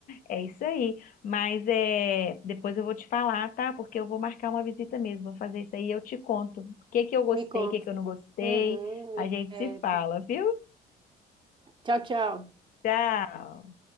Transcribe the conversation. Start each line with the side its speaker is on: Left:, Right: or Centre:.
Left: É isso aí. Mas é, depois eu vou te falar, tá? Porque eu vou marcar uma visita mesmo. Vou fazer isso aí e eu te conto. O que que eu gostei,
Right: Me conta.
Left: o que que eu não gostei.
Right: Uhum,
Left: A
Right: eu-
Left: gente
Right: é,
Left: se fala, viu?
Right: tchau, tchau.
Left: Tchau.